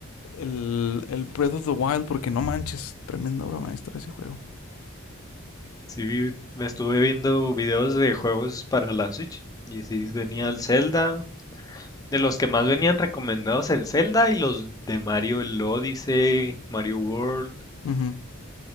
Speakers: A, on the left (about 75°); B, on the left (about 15°).
A: el, el Breath of the Wild porque no manches, tremenda obra maestra ese juego.
B: Sí, vi- me estuve viendo videos de juegos para la Switch y sí venía el Zelda. De los que más venían recomendados el Zelda y los de Mario, el Odyssey, Mario World.
A: Ujú.